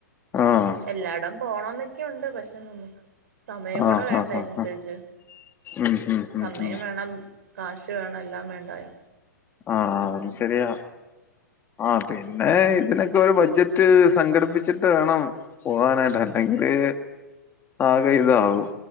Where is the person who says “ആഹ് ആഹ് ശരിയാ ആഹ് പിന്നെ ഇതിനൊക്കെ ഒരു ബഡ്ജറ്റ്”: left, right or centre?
Left